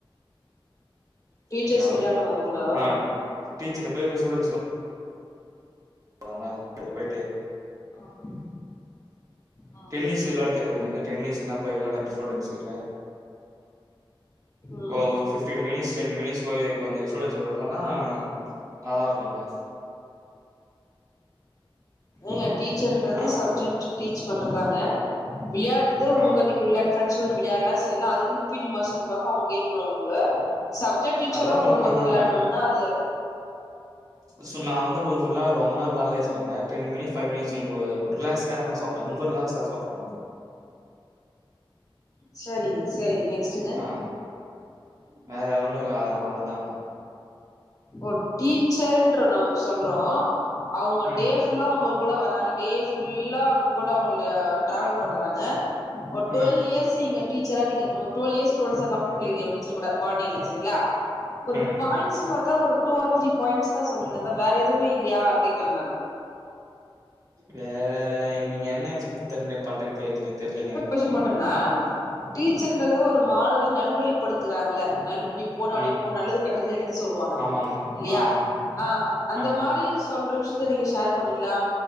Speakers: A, on the left; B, on the right.
A: டீச்சர்ஸ்
B: ஓகேவா
A: விளையாட்ணுமா உங்க கூட
B: ஆ டீச்சர போய் ஒரு ஸ்டுடென்ஸ் <inaudible> போய்ட்டு
A: ஆமா ஆ
B: டென்னிஸ் வெள்ளாட தெரியு உங்களுக்கு டென்னிஸ்னா போயி வெள்ளாட
A: ம்
B: <inaudible> ஓ ஒரு fifteen minutes ten minutes <unintelligible> கொஞ்சோ அந்த ஸ்டூடஸ் இல்லன்னா நல்லாருக்குங்க
A: ஏங்க டீச்சர்ன்றது
B: ஆ,
A: சப்ஜெக்ட் டீச் பன்றதாங்க வியாட்றது உங்க
B: ஆ
A: நீங்க விளயாடி ஃபிரண்ஸ்சு கூட வியாட்லா சே இல்ல அதுக்குனு பீடி மாஸ்டர் இருப்பாக அவங்க கெயிட் பண்ணுவாங்க உங்கள சப்ஜெக்ட் டீச்சரு
B: அதெல்லாம்
A: உங்களுக்கு
B: பண்லாம்னாங்க.
A: வந்து விளயாட்ணுனா அது
B: சோ நா வந்து இப்ப ஃபுல்லா ரொம்பனா விளாலே சொல்லங்க டென் மிட்ஸ் ஃபைவ் மிட்ஸ் உங்க ரிலாக்ஸ் காக நா சொல்றே உங்க ரிலாக்ஸா சொல்றே
A: சரிங்க சேரிங்க நெக்ஸ்ட்டுங்க
B: ஆ. வேற ஒன்னு இல்ல அதா அவ்ளதாங்க
A: ஓ டீச்சர்ன்ற <unintelligible> சொல்றோ அவங்க
B: ம்
A: டே ஃபுல்லா ஒங்க கூட வராங்க டே ஃபுல்லா ஒங் கூட அவங்கல டிராவல் பண்றாங்க ஒரு டுவல்
B: ம்
A: இயர்ஸ் நீங்க டீச்சரா நீங்க அ டுவல் இயர்ஸ் ஸ்டுடென்ஸா கம்ப்ளீட் <unintelligible> டீச்சர் கூட பான்டிங்ல சரிங்ளா ஒரு
B: ம்
A: பாயிண்ட்ஸ் பாத்தா ஒரு டூ ஆர் த்ரீ பாயிண்ட்ஸ் தா சொல்றீங்க அதா வேற எதுமே இல்லயா கேக்ற நானு
B: வேற நீங்க என்ன எக்ஸ்பெக்ட் தேன்னே பண்ற கேக்ல தெர்லிங்க
A: <inaudible> பண்றனா டீச்சர்ன்றது ஒரு மாணவர் நல்வழிப்படுத்துறாங்ல நல் இப்டி போ அப்டி
B: ம்
A: போ நல்லது கேட்டது எடுத்து சொல் சொல்வாங்க
B: ஆமாங்க
A: இல்லியா
B: ஆ
A: ஆ அந்த
B: ஆமா
A: மாரி சொல்ற விஷயத்த நீங்க ஷேர் பண்ணிக்லா